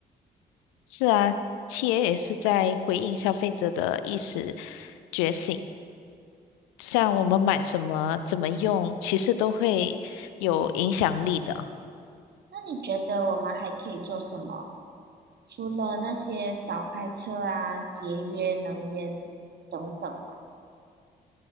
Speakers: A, on the left (about 75°); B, on the right (about 50°).
A: 是啊企业也是在回应消费者的意识觉醒。像我们买什么、怎么用，其实都会有影响力的。
B: 那你觉得我们还可以做什么？除了那些少开车啊、节约能源等等嘛。